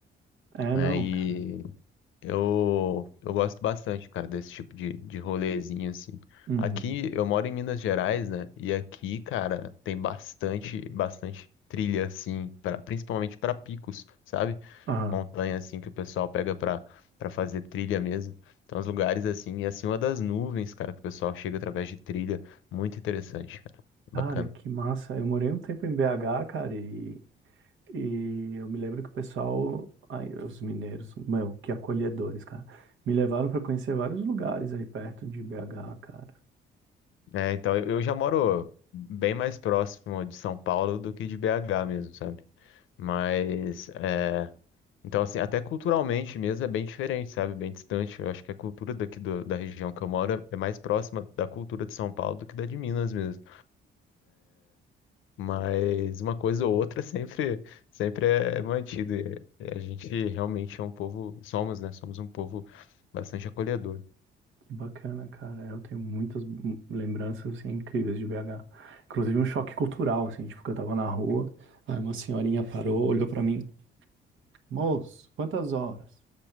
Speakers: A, on the right; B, on the left.
A: É,
B: Aí
A: não, cara.
B: Eu, eu gosto bastante, cara, desse tipo de, de rolezinho, assim.
A: Uhum.
B: Aqui, eu moro em Minas Gerais, né? E aqui, cara, tem bastante, bastante trilha, assim, pra, principalmente para picos, sabe?
A: Ah,
B: Montanha, assim, que o pessoal pega pra, pra fazer trilha mesmo. Então, os lugares, assim, e acima das nuvens, cara, que o pessoal chega através de trilha. Muito interessante, cara. Bacana.
A: cara, que massa. Eu morei um tempo em BH, cara, e, e eu me lembro que o pessoal, aí, os mineiros, meu, que acolhedores, cara, me levaram pra conhecer vários lugares aí perto de BH, cara.
B: É, então, eu eu já moro bem mais próximo de São Paulo do que de BH mesmo, sabe? Mas, é, Então, assim, até culturalmente mesmo é bem diferente, sabe? Bem distante. Eu acho que a cultura daqui do- da região que eu moro é mais próxima da cultura de São Paulo do que da de Minas mesmo. Mas uma coisa ou outra <laughs> sempre, sempre é é mantido. E A gente realmente é um povo, somos, né? Somos um povo bastante acolhedor.
A: Que bacana, cara. Eu tenho muitas hum, lembranças, assim, incríveis de BH. Inclusive um choque cultural, assim, tipo, que eu tava na rua, aí uma senhorinha parou, olhou pra mim, moço, quantas horas?